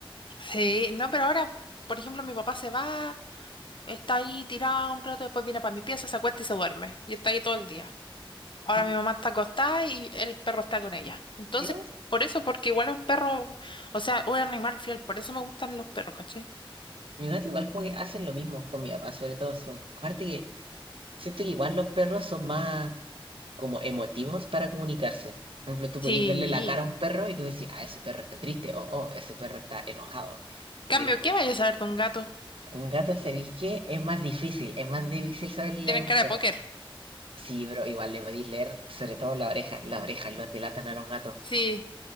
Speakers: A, on the left; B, on the right.
A: Sí, no, pero ahora, por ejemplo, mi papá se va, está ahí tirado un rato, después viene para mi pieza, se acuesta y se duerme. Y está ahí todo el día. Ahora
B: Mm.
A: mi mamá está acostada y el perro está con ella. Entonces,
B: Ya,
A: por eso, porque igual es un perro, o sea, un animal fiel, por eso me gustan los perros, ¿cachai?
B: Mi gato igual como que hacen lo mismo con mi papá, sobre todo son. Aparte que siento que igual los perros son más como emotivos para comunicarse. Por ejemplo, tú
A: Sí.
B: podías verle la cara a un perro y tú decís, ah, ese perro está triste, o oh, ese perro está enojado.
A: Cambio,
B: o quiere jugar.
A: ¿qué vayas a saber de un gato?
B: Un gato, ¿sabéis qué? Es más difícil, es más difícil saber las
A: Tienen
B: emociones.
A: cara de póker.
B: Sí, pero igual le podéis leer, sobre todo la oreja. Las orejas los delatan a los gatos.
A: Sí,